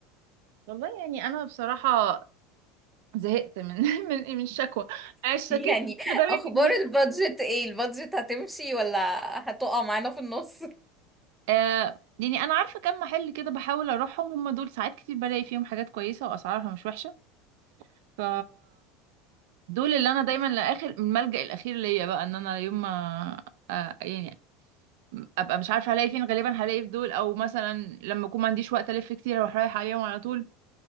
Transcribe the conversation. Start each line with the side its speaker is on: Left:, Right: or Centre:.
Right: والله يعني أنا بصراحة زهقت من <laughs> من من الشكوى أنا اشتكيت
Centre: <laughs> يعني
Right: <laughs> لدرجة
Centre: اخبار
Right: إني
Centre: البادجت ايه البادجت هتمشي ولا هتقع معانا في النص
Right: آه يعني أنا عارفة كم محل كده بحاول أروحهم هم دول ساعات كتير بلاقي فيهم حاجات كويسة وأسعارها مش وحشة ف دول اللي انا دايما لاخر الملجأ الاخير ليا بقى ان انا يوم ما آه يعني ابقى مش عارفه هلاقي فين غالبا هلاقي في دول او مثلا لما اكون ما عنديش وقت الف كتير اروح رايح عليهم على طول